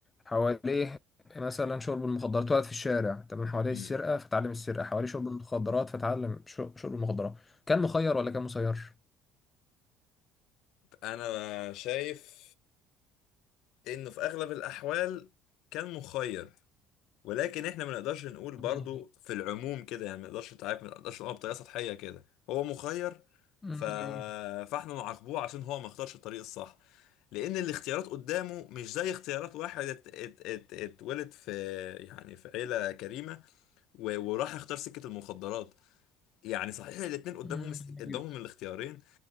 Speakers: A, on the left; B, on the left.
A: حواليه مثلا شرب المخدرات اتولد في الشارع تمام حواليه السرقة
B: مم.
A: فتعلم السرقة حواليه شرب المخدرات فتعلم شو- شرب المخدرات كان مخير ولا كان مسير؟
B: انا شايف انه في اغلب الاحوال كان مخير ولكن احنا ما نقدرش نقول برضو
A: جميل
B: في العموم كده يعني ما نقدرش تعرف ما نقدرش نقول بطريقه سطحيه كده هو مخير
A: مم،
B: ف...
A: جميل
B: فاحنا نعاقبوه عشان هو ما اختارش الطريق الصح لان الاختيارات قدامه مش زي اختيارات واحد ات... ات... ات... اتولد في يعني في عيله كريمه و... وراح اختار سكه المخدرات يعني صحيح الاتنين قدامهم
A: مم، جميل
B: قدامهم
A: جدا
B: الاختيارين